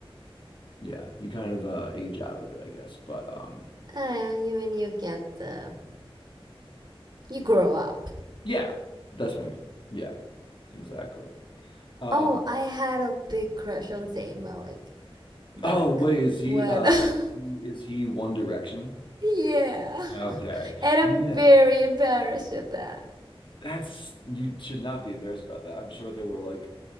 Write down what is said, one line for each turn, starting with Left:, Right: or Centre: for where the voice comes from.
Left: yeah. You kind of uh age out of it, I guess. But um,
Right: uh, you mean you get the you grow up.
Left: yeah, that's what I mean. Yeah, exactly. Um,
Right: Oh, I had a big crush on Zayn Malik back
Left: oh wait, is he
Right: when
Left: uh
Right: <laughs>
Left: is he is he One Direction?
Right: Yeah. <laughs>
Left: Okay.
Right: And I'm
Left: Yeah,
Right: very embarrassed of that.
Left: that's you should not be embarrassed about that. I'm sure there were
Right: Um,
Left: like